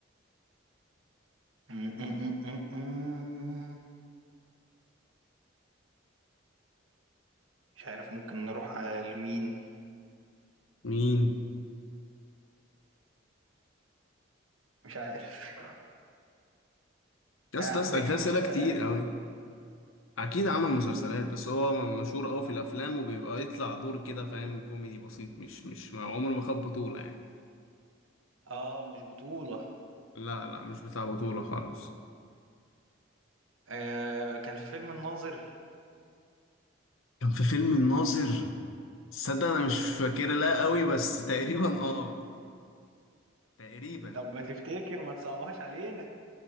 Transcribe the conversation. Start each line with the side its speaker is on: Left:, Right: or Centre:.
Right: مم، مم، مم، مم. مش عارف ممكن نروح على لمين
Left: مين
Right: مش عارف
Left: يا اسطى
Right: آه
Left: اسأل
Right: بيعمل
Left: فيها اسئلة
Right: مسلسلات
Left: كتير قوي اكيد عمل مسلسلات بس هو م- مشهور قوي في الافلام وبيبقى يطلع دور كده فاهم كوميدي بسيط مش مش ما- عمره ما خد بطولة يعني
Right: اه مش بطولة
Left: لا لا مش بتاع بطولة خالص
Right: آه كان في فيلم الناظر
Left: كان في فيلم الناظر صدق انا مش فاكرة لا قوي بس تقريبا اه تقريبا
Right: طب ما تفتكر ما تصعبهاش علينا